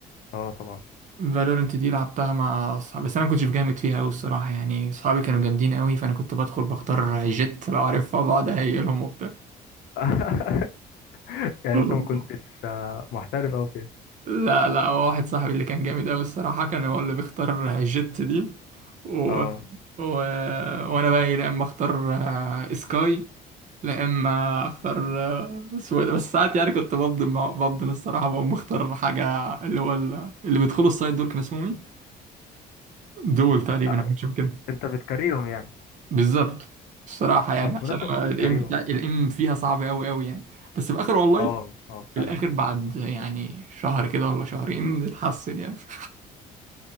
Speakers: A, on the left; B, on the right.
A: اه طبعا
B: فالورنت دي لعبتها مع اصحابي بس انا ما كنتش جامد فيها قوي الصراحه يعني اصحابي كانوا جامدين قوي فانا كنت بدخل بختار جيت لو عارفها بقعد اهيلهم وبتاع
A: <laughs> يعني
B: <laughs>
A: انت ما كنتش آه، محترف اوي فيها
B: لا لا هو واحد صاحبي اللي كان جامد أوي الصراحة كان هو اللي بيختار جيت دي و...
A: اه
B: و... وأنا بقى إيه، لا إما أختار آه، سكاي لا إما أختار آه، سويدة بس ساعات يعني كنت بفضل مع- بفضل الصراحة بقوم بختار حاجة اللي هو ال- اللي بيدخلوا السايد دول كان اسمهم إيه؟ دول تقريبا
A: آه،
B: أو حاجة شبه كده
A: انت بتكرههم يعني
B: بالظبط الصراحة يعني
A: طب
B: عشان
A: بمناسبة
B: الإم
A: بتكرههم
B: الإم فيها صعب أوي أوي يعني بس في الآخر والله
A: اه اه
B: في
A: فعلا
B: الآخر بعد يعني شهر كده ولا شهرين اتحسن يعني <laughs>